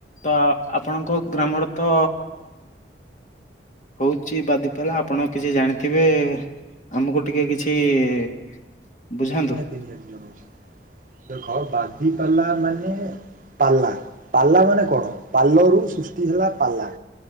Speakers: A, on the left; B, on the right.
A: ତ ଆପଣଙ୍କ ଗ୍ରାମରେ ତ ହଉଛି ବାଦି ପାଲା ଆପଣ କିଛି ଜାଣିଥିବେ ଆମକୁ ଟିକେ କିଛି କିଛି ବୁଝାନ୍ତୁ।
B: ଏକ୍ ଜାଟିଲି ଜଣଉଚି। ଦେଖ ବାଦିପାଲା ମାନେ ପାଲା ପାଲା ମାନେ କଣ? ପାଲରୁ ସୃଷ୍ଟି ହେଲା ପାଲା